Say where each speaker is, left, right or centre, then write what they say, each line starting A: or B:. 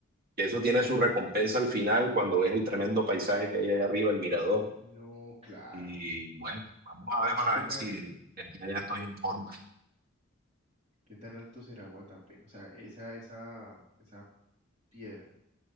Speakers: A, on the right; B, on the right.
A: eso tiene su recompensa al final cuando ves el tremendo paisaje que hay ahí arriba, el mirador.
B: No, claro.
A: Y bueno, vamos a ver para
B: ¿Qué
A: ver
B: tan,
A: si de aquí a allá estoy en forma.
B: qué tan alto será Guatapé? O sea, esa, esa, esa piedra.